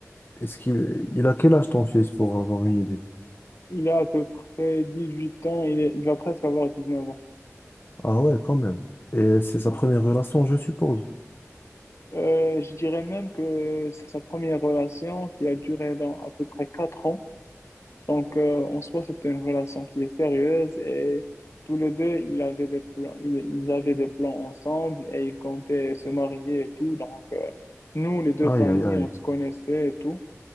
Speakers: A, on the left; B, on the left.
A: est-ce qu'il il a quel âge ton fils pour avoir une idée?
B: Il a à peu près 18 ans, il est- il va presque avoir 19 ans.
A: Ah ouais, quand même. Et c'est sa
B: Ouais.
A: première relation, je suppose.
B: Euh, je dirais même que c'est sa première relation qui a duré dans à peu près 4 Donc, euh, en soi, c'était une relation qui est sérieuse et tous les deux, ils avaient des plans, ils, ils avaient des plans ensemble et ils comptaient se marier et tout. Donc, euh, nous, les deux
A: Aïe,
B: familles,
A: aïe, aïe.
B: on se connaissait et tout.